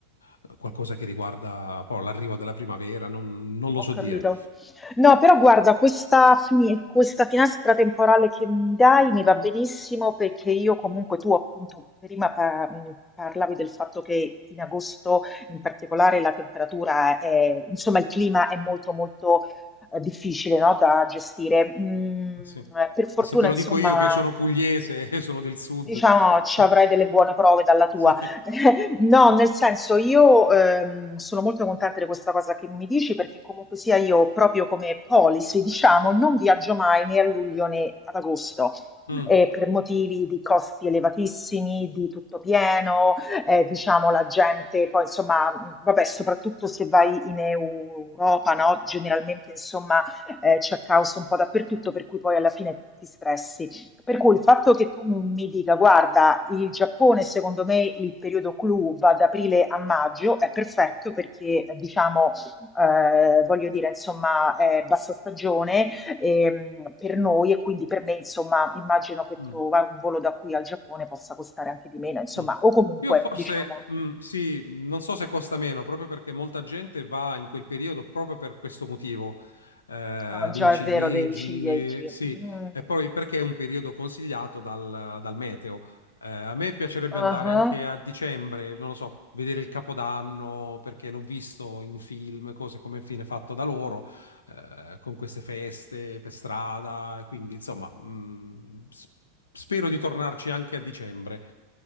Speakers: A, on the left; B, on the left.
A: eh, qualcosa che riguarda poi l'arrivo della primavera, non, non lo
B: Ho
A: so
B: capito.
A: dire.
B: No, però guarda, questa, fini- questa finestra temporale che mi dai mi va benissimo perché io comunque tu appunto prima pa- mh, parlavi del fatto che in agosto in particolare la temperatura è, insomma, il clima è molto molto eh, difficile, no, da gestire. Mm,
A: Sì.
B: per fortuna,
A: E se te lo
B: insomma,
A: dico io che sono pugliese, <laughs> e sono del sud.
B: Diciamo
A: <laughs>
B: ci avrai delle buone prove dalla tua.
A: Sì.
B: <laughs> No, nel senso io, ehm, sono molto contenta di questa cosa che mi dici perché comunque sia io proprio come policy, diciamo, non viaggio mai né a luglio né ad agosto.
A: Mm.
B: eh, per motivi di costi elevatissimi, di tutto pieno, eh, diciamo la gente, poi insomma, mh, vabbè, soprattutto se vai in Europa, no? Generalmente insomma eh, c'è caos un po' dappertutto, per cui poi alla fine ti stressi. Per cui il fatto che tu mi dica, guarda, il Giappone secondo me il periodo clou va da aprile a maggio, è perfetto perché eh, diciamo, eh, voglio dire, insomma, è bassa stagione ehm, per noi e quindi per me, insomma, immagino che
A: Mm.
B: trova un volo da qui al Giappone possa costare anche di meno, insomma,
A: Mm.
B: o comunque,
A: Io forse,
B: diciamo,
A: mm, sì, non so se costa meno, proprio perché molta gente va in quel periodo proprio per questo motivo, eh,
B: ah, già
A: dei ciliegi,
B: è vero dei ciliegi.
A: sì,
B: Mm.
A: e poi perché è un periodo consigliato dal, dal meteo. Eh, a me piacerebbe
B: Ah,
A: andare anche a dicembre, non lo so, vedere il Capodanno, perché l'ho visto in film, cose come fine fatto da loro, eh, con queste feste per strada, quindi insomma, mh, s- spero di tornarci anche a dicembre.